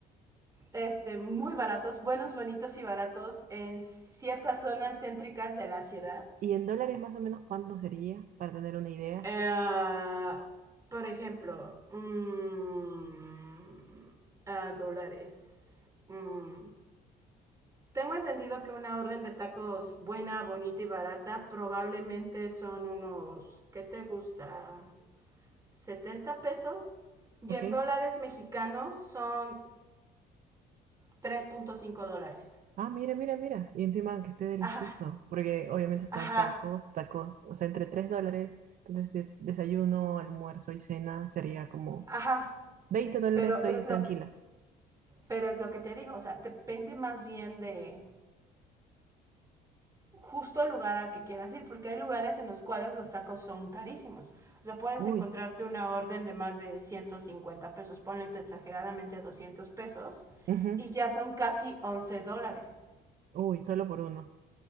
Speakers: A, on the right; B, on the right.
A: este, muy baratos, buenos, bonitos y baratos en ciertas zonas céntricas de la ciudad
B: ¿Y en dólares más o menos cuánto sería para tener una idea?
A: Eh, por ejemplo, mm, ah, dólares. Mm. Tengo entendido que una orden de tacos buena, bonita y barata probablemente son unos, ¿qué te gusta? 70 pesos. Y
B: Ok.
A: en dólares mexicanos son 3.5 dólares.
B: Ah, mira, mira, mira. Y encima que esté delicioso,
A: Ajá,
B: porque obviamente están
A: ajá,
B: tacos, tacos, o sea, entre 3 dólares. Entonces, es desayuno, almuerzo y cena sería como
A: ajá.
B: 20 dólares,
A: Pero,
B: soy
A: pero es lo
B: tranquila.
A: que, pero es lo que te digo. O sea, depende más bien de, justo al lugar al que quieras ir, porque hay lugares en los cuales los tacos son carísimos. O sea, puedes
B: Uy.
A: encontrarte una orden de más de 150 pesos, ponle tú exageradamente 200 pesos,
B: ujú.
A: y ya son casi 11 dólares.
B: Uy, solo por uno.